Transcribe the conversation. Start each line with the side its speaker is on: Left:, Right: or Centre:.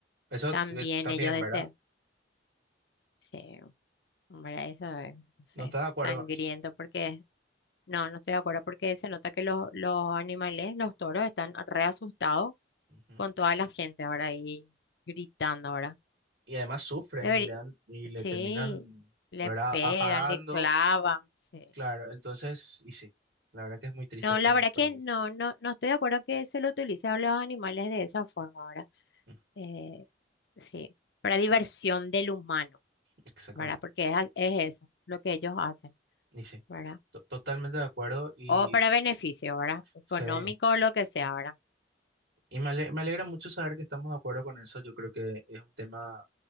Right: Eso
Left: También
Right: tú- eh, también,
Left: ellos desean.
Right: ¿verdad?
Left: Sí, hombre, eso es, no sé,
Right: No estás de acuerdo
Left: sangriento
Right: con eso.
Left: porque No, no estoy de acuerdo porque se nota que los, los animales, los toros, están re asustados
Right: Ujú.
Left: con toda la gente ahora ahí gritando ahora.
Right: Y además sufren
Left: Debería,
Right: y le dan, y le
Left: sí,
Right: terminan,
Left: le
Right: ¿verdad?
Left: pegan,
Right: Apagando,
Left: le clavan, sí.
Right: claro. Entonces, y sí, la verdad que es muy triste
Left: No,
Right: por,
Left: la verdad
Right: por
Left: que
Right: eso.
Left: no,
Right: <laughs>
Left: no, no estoy de acuerdo que se lo utilice a los animales de esa forma ahora.
Right: Mm.
Left: Eh, sí, para diversión del humano,
Right: Exactamente.
Left: ¿verdad? Porque es, a- es eso lo que ellos hacen,
Right: Y sí,
Left: ¿verdad?
Right: to- totalmente de acuerdo y
Left: O para beneficio, ¿verdad? Económico
Right: sí.
Left: o lo que sea, ¿verdad?
Right: Y me ale- me alegra mucho saber que estamos de acuerdo con eso. Yo creo que es un tema